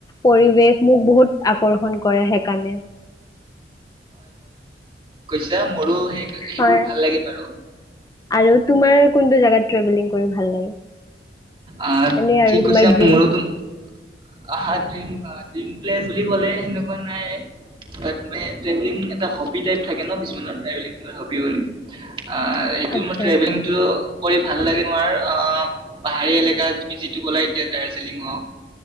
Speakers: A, on the left; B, on the right.
A: পৰিৱেশ মোক বহুত আকৰ্ষণ কৰে সেইকাৰণে।
B: এতিয়া মোৰো। সেই সেইবোৰ
A: হয়
B: ভাল লাগে বাৰু।
A: আৰু তোমাৰ কোনটো জেগাত। ট্ৰভেলিং কৰি ভাল। লাগে
B: আহ
A: এনে
B: ঠিক
A: আৰু
B: কৈছে
A: তোমাৰ ড্ৰিম
B: মোৰো তোমাক। আহ ড্ৰীম ড্ৰীম প্লে বুলি কলে সেনেকুৱা নাই বাট এটা হবি টাই থাকে ন কিছুমানৰেলং হ বুলি অ' এইটো
A: আচ্ছা
B: মোৰ ত্ৰেভেলিংটো কৰি ভাল লাগে নোৱাৰ অ' পাহাৰীয়া এলেকা তুমি যিটো গ'লা এতিয়া দাৰ্জিলিং হওক।